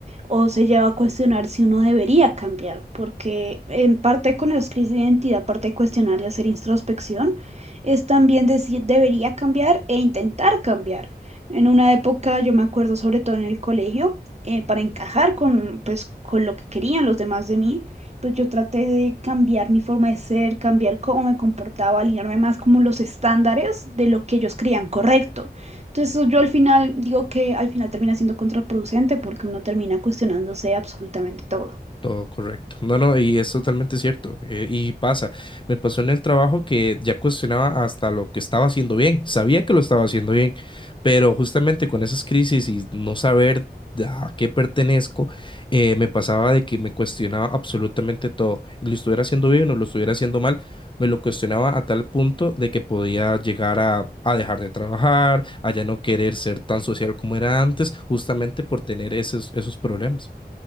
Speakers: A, on the right (about 40°); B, on the left (about 30°).
A: o se lleva a cuestionar si uno debería cambiar, porque en parte con las crisis de identidad, aparte de cuestionar y hacer introspección, es también decir debería cambiar e intentar cambiar. En una época, yo me acuerdo sobre todo en el colegio, eh, para encajar con, pues, con lo que querían los demás de mí pues yo traté de cambiar mi forma de ser, cambiar cómo me comportaba, alinearme más como los estándares de lo que ellos creían correcto. Entonces yo al final digo que al final termina siendo contraproducente porque uno termina cuestionándose absolutamente todo.
B: Todo correcto. No, no, y es totalmente cierto. eh, y pasa, me pasó en el trabajo que ya cuestionaba hasta lo que estaba haciendo bien. Sabía que lo estaba haciendo bien, pero justamente con esas crisis y no saber de a qué pertenezco, eh, me pasaba de que me cuestionaba absolutamente todo. Lo estuviera haciendo bien o lo estuviera haciendo mal, me lo cuestionaba a tal punto de que podía llegar a, a dejar de trabajar, a ya no querer ser tan social como era antes, justamente por tener esos, esos problemas.